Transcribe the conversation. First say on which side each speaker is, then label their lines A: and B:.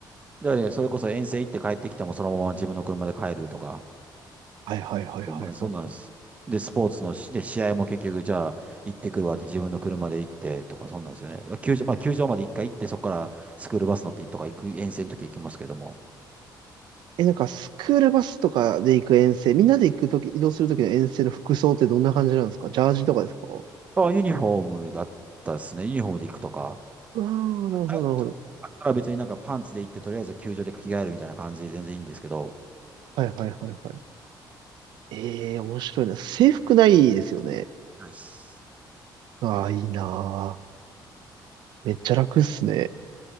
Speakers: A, on the right (about 15°); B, on the right (about 70°).
A: だからねそれこそ遠征行って帰ってきてもそのまま自分の車で帰るとか、
B: はいはいはいはいはい。
A: そんなんです、そんなんです。で、スポーツのし、で、試合も結局、じゃあ、行ってくるわって自分の車で行ってとか、そんなんですよね。球場、まあ、球場まで一回行って、そこからスクールバス乗ってとか行く、遠征の時行きますけども。
B: え、なんかスクールバスとかで行く遠征、みんなで行くとき、移動するときの遠征の服装ってどんな感じなんですかジャージとかですか
A: あ、ユニフォームだったですね。ユニフォームで行くとか。
B: ああー、なるほどなるほど。
A: あだから別になんかパンツで行って、とりあえず球場で着替えるみたいな感じで全然いいんですけど。
B: はいはいはいはい。ええ、面白いな。制服ないですよね。
A: ないっす
B: ああ、いいなめっちゃ楽っすね。